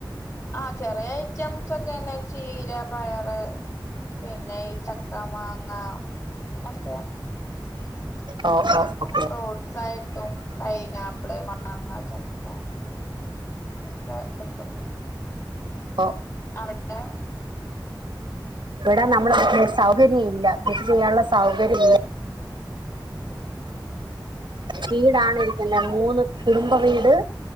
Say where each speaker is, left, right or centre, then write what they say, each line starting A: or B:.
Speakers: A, on the left; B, on the right.
A: ആഹ ചെറിയ ഐറ്റംസ് ഒക്കെ ചീര പയറ് പിന്നെ ഈ ച കാ മാങ്ങ ച്ചെ
B: ഓ ഓ ഓക്കെ
A: ഫ്രൂട്ട്സ് ആയിട്ടും പൈനാപ്പി പ്പിള്, മാങ്ങ, ചക്ക ഒക്കെ കിട്ടും
B: ഓ
A: അവിടെ <inaudible>
B: ഇവിടനമ്മുടെറ്റ സൗകര്യ ഇല്ല കൃഷി ചെയ്യാനുള്ള സൗകര്യം വീടാണിരിക്കല്ലേ മൂന്ന് കുടുംബ വീട്